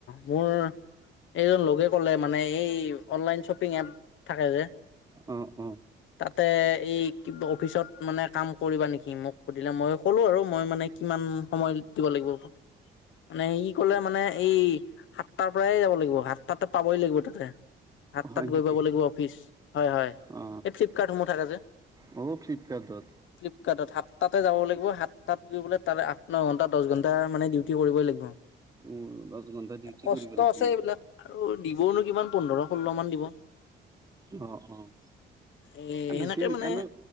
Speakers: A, on the left; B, on the right.
A: মোৰ এইজন লগে ক'লে মানে এই অনলাইন শ্বপিং এপ থাকে যে।
B: অ', অ'।
A: তাতে এই কিবা অফিচত মানে কাম কৰিবা নেকি, মোক সুধিলে মই ক'লো আৰু মই মানে কিমান সময় দিব লাগিব। আ, মানে হে কি কলে? মানে এই সাতটাৰ পৰাই যাব লাগিব। সাতটাতে পাবই লাগিব তাতে। সাতটাত
B: হয় নেকি
A: গৈ পাব লাগিব। অফিচ হয়, হয়,
B: অ
A: এই ফ্লিপকাৰ্টসমূহ থাকে যে।
B: অ <unintelligible>
A: ফ্লিপকাৰ্টত সাতটাতে যাব লাগিব, সাতটাত গৈ পেলাই লে তাত আঠ ন ঘণ্টা, দহ ঘণ্টা মানে ডিউটি কৰিবই লাগিব।
B: উ, দচ ঘন্ণ্টা ডউটি
A: কষ্ট
B: কৰিব লাগি।
A: আছে এইবিলাক আৰু দিবওনো কিমান পোন্ধৰ, ষোল্ল মান দিব।
B: অ', অ'।
A: এ
B: বেছি
A: সেনেকে মানে
B: এনে,